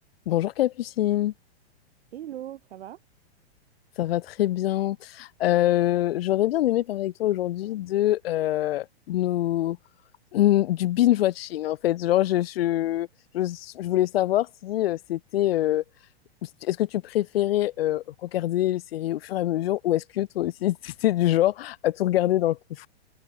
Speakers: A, on the left; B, on the right.
A: Bonjour Capucine,
B: Hello, ça va?
A: ça va très bien. Euh, j'aurais bien aimé parler avec toi aujourd'hui de euh, nos, n- du binge-watching en fait. Genre, je, je, je, je voulais savoir si euh, c'était, euh, est-ce que tu préférais euh, regarder les séries au fur et à mesure ou est-ce que toi aussi <laughs> c'était du genre à tout regarder d'un coup?